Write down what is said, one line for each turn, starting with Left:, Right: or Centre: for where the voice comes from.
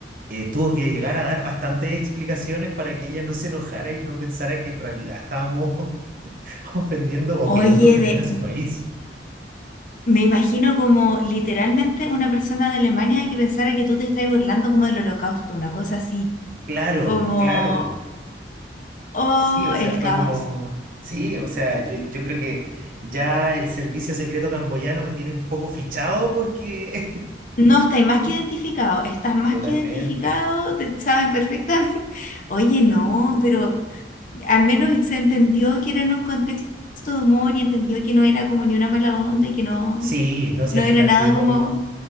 Right: eh, tuvo que llegar a dar bastantes explicaciones para que ella no se enojara y no pensara que en realidad estábamos <laughs> ofendiendo o
Left: oye,
Right: queriendo ofender
Left: de,
Right: a su país.
Left: me imagino como literalmente una persona de Alemania que pensara que tú te estás burlando como del holocausto, una cosa así,
Right: Claro,
Left: como,
Right: claro.
Left: oh,
Right: Sí, o sea,
Left: el
Right: fue
Left: caos.
Right: como... Sí, o sea, yo, yo creo que ya el servicio secreto camboyano me tiene un poco fichado porque...
Left: No, estáis más que
Right: <laughs>
Left: identificado, estás más
Right: Totalmente.
Left: que identificado, te saben perfectamente. <laughs> Oye, no, pero al menos se entendió que era en un contexto de humor y entendió que no era como ni una mala onda y que no,
Right: Sí, no, si
Left: no
Right: al
Left: era
Right: final
Left: nada
Right: pudimos...
Left: como,